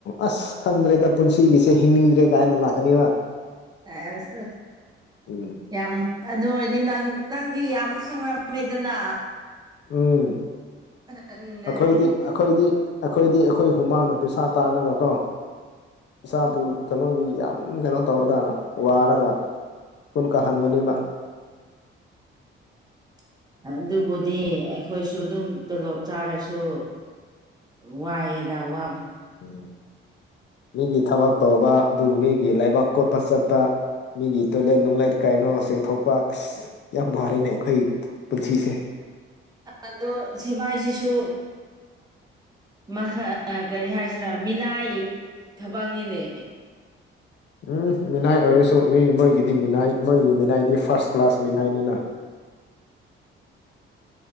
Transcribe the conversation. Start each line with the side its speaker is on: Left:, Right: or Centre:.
Left: ꯑꯁ ꯈꯪꯗ꯭ꯔꯦꯗ ꯄꯨꯟꯁꯤꯒꯤꯁꯦ ꯍꯤꯡꯅꯤꯡꯗ꯭ꯔꯦ ꯀꯥꯏꯅ ꯂꯥꯛ ꯀꯅꯤꯕ
Right: ꯑꯦꯁ
Left: ꯎꯝ
Right: ꯌꯥꯝ ꯑꯗꯨ ꯑꯣꯏꯔꯗꯤ ꯅꯪꯗꯤ ꯌꯥꯝ ꯈꯪꯉꯝꯃꯦꯗꯅ
Left: ꯎꯝ
Right: ꯍꯥꯏꯗꯤ
Left: ꯑꯩꯈꯣꯏꯗꯤ ꯑꯩꯈꯣꯏꯗꯤ ꯑꯩꯈꯣꯏꯗꯤ ꯑꯩꯈꯣꯏ ꯍꯨꯃꯥꯡꯗ ꯄꯩꯁꯥ ꯇꯥꯅꯒ ꯀꯣ ꯏꯁꯥꯕꯨ ꯀꯩꯅꯣꯒꯤ ꯌꯥꯝ ꯀꯩꯅꯣ ꯇꯧꯔꯒ ꯋꯥꯔꯒ ꯀꯨꯟ ꯀ ꯍꯟ ꯃꯅꯤꯃ
Right: <inaudible> ꯑꯗꯨꯕꯨꯗꯤ ꯑꯩꯈꯣꯏꯁꯨ ꯑꯗꯨꯝ ꯇꯣꯂꯣꯞ ꯆꯥꯔꯁꯨ ꯋꯥꯦꯗ ꯋꯥ
Left: ꯎꯝ ꯃꯤꯒꯤ ꯊꯕꯛ ꯇꯧꯕ ꯑꯗꯨꯒ ꯃꯤꯒꯤ ꯂꯩꯕꯥꯛ ꯀꯣꯠꯄ ꯆꯠꯄ ꯃꯤꯒꯤ ꯇꯣꯏꯂꯦꯠ ꯅꯨꯡꯂꯦꯠ ꯀꯥꯏꯅꯣ ꯆꯦꯡꯊꯣꯛꯄ ꯑꯁ ꯌꯥꯝ ꯋꯥꯔꯤꯅꯦ ꯑꯩꯈꯣꯏ ꯄꯨꯟꯁꯤꯁꯦ
Right: ꯑꯗꯣ ꯁꯤꯚꯥꯏꯁꯤꯁꯨ ꯃꯈꯥ ꯀꯔꯤ ꯍꯥꯏꯁꯤꯔꯥ ꯃꯤꯅꯥꯏꯒꯤ ꯊꯕꯛꯅꯤꯅꯦ
Left: ꯎꯝ ꯃꯤꯅꯥꯏ ꯑꯣꯏ ꯃꯤ ꯃꯣꯏꯒꯤꯗꯤ ꯃꯤꯅꯥꯏ ꯃꯣꯏꯒꯤ ꯃꯤꯅꯥꯏꯗꯤ ꯐꯥꯔꯁ ꯀ꯭ꯂꯥꯁ ꯃꯤꯅꯥꯏꯅꯤꯅ